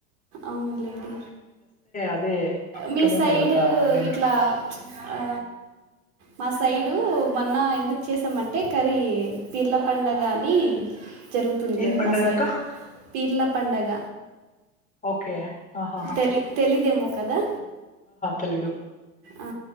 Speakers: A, on the right (about 50°); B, on the left (about 15°).
A: ఔన్లేండి
B: అదే ఆఫ్టర్‌నూన్
A: మీ సైడూ
B: తర్వాత డిన్నర్.
A: ఇట్లా ఆ మ సైడూ మొన్నా ఎందుకు చేసామంటే కర్రీ పీర్ల పండగా అనీ జరుగుతుంద్లే
B: ఏం పండగక్క?
A: మ సైడ్ పీర్ల పండగ
B: ఓకే ఆ హా హా
A: తెలి తెలిదేమో కదా
B: తెలీదు.
A: ఆ